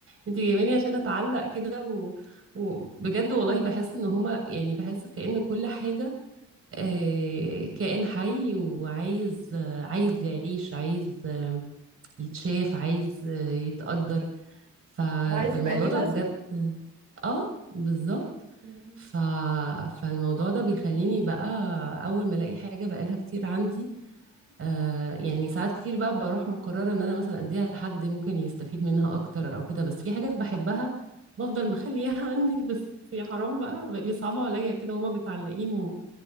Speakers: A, on the right; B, on the right.
A: انتي جايباني عشان اتعلق كده و... وبجد والله بحس ان هما يعني بحس كأن كل حاجة آه، كائن حي وعايز آه، عايز يعيش عايز آه، يتشاف عايز آه، يتقدر ف...
B: هو عايز
A: فالموضوع
B: يبقى ليه
A: ده
B: لازمة
A: بجد اه بالظبط
B: مم.
A: ف... فالموضوع ده بيخليني بقى اول ما الاقي حاجه بقالها كتير عندي آه يعني ساعات كتير بقى بروح مقرره ان انا مثلا اديها لحد ممكن يستفيد منها اكتر او كده بس في حاجات بحبها بفضل مخليها <laughs> عندي بس يا حرام بقى بيصعبوا عليا كده وهما متعلقين